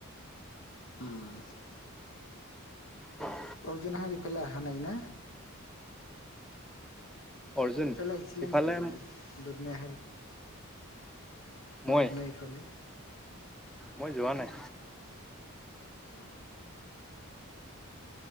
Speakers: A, on the left (about 65°); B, in the centre.
A: উ'।
B: হয়
A: অৰ্জুন হাৰফালে আহা নাই না
B: অৰ্জুন
A: সিফালে আহিছিলে
B: ইফালে
A: নেকি দু দুদনোৰ <unintelligible>
B: মই
A: দুধনৈফালে।
B: মই যোৱা নাই,
A: আহ।